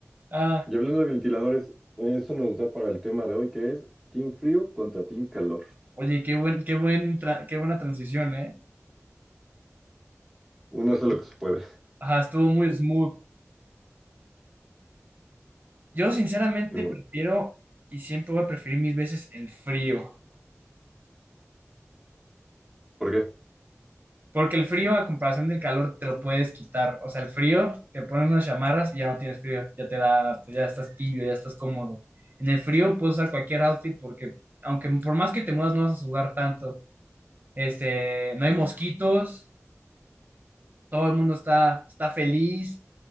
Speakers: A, on the right; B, in the centre.
A: Ah,
B: Y hablando de ventiladores, eso nos da para el tema de hoy que es Team Frío contra Team Calor.
A: oye, qué buen, qué buen, tra- qué buena transición, ¿eh?
B: Uno
A: Pues,
B: hace lo que se puede.
A: ajá, estuvo muy smooth. Yo sinceramente
B: Simón.
A: prefiero y siempre voy a preferir mis veces el frío.
B: ¿Por qué?
A: Porque el frío, a comparación del calor, te lo puedes quitar. O sea, el frío, te pones unas chamarras y ya no tienes frío. Ya te da, pues ya estás tibio, ya estás cómodo. En el frío puedes usar cualquier outfit porque, aunque por más que te muevas, no vas a sudar tanto. Este, no hay mosquitos, todo el mundo está, está feliz,